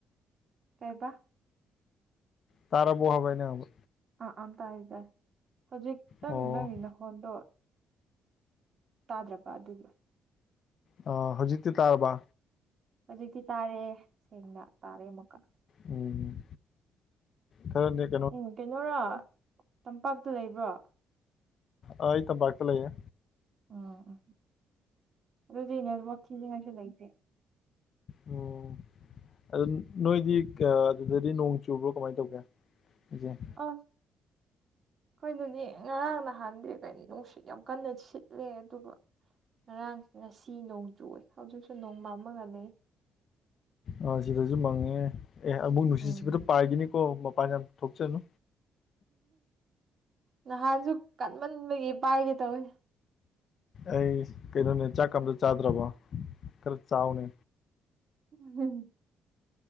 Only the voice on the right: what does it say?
ꯀꯩꯕꯥ
ꯑꯥ ꯑꯥ ꯇꯥꯏꯌꯦ ꯇꯥꯏꯏꯌꯦ ꯍꯧꯖꯤꯛꯛꯇꯪ
ꯅꯪꯒꯤ ꯅꯈꯣꯟꯗꯣ ꯇꯥꯗ꯭ꯔꯕ ꯑꯗꯨꯒꯤ
ꯍꯧꯖꯤꯛꯇꯤ ꯇꯥꯔꯦ ꯁꯦꯡꯅ ꯇꯥꯔꯦ ꯑꯃꯨꯛꯀ
ꯎꯝ ꯀꯩꯅꯣꯔꯣ ꯇꯝꯄꯥꯛꯇ ꯂꯩꯕ꯭ꯔꯣ
ꯎꯝ ꯎꯝ ꯑꯗꯨꯗꯤ ꯅꯦꯠꯋꯥꯛ ꯊꯤꯅꯤꯉꯤꯏꯁꯨ ꯂꯩꯇꯦ
ꯑꯥ ꯑꯩꯈꯣꯏꯗꯗꯤ ꯉꯔꯥꯡ ꯅꯍꯥꯟꯗꯤ ꯀꯔꯤꯅꯣ ꯅꯨꯡꯁꯤꯠ ꯌꯥꯝ ꯀꯟꯅ ꯁꯤꯠꯂꯦ ꯑꯗꯨꯒ ꯉꯔꯥꯡ ꯉꯁꯤ ꯅꯣꯡ ꯆꯨꯋꯦ ꯍꯖꯤꯛꯁꯨ ꯅꯣꯡ ꯃꯝꯃꯒ ꯂꯩꯌꯦ
ꯎꯝ
ꯅꯍꯥꯟꯁꯨ ꯀꯟꯃꯟꯕꯒꯤ ꯄꯥꯏꯒꯦ ꯇꯧꯋꯦ
<unintelligible>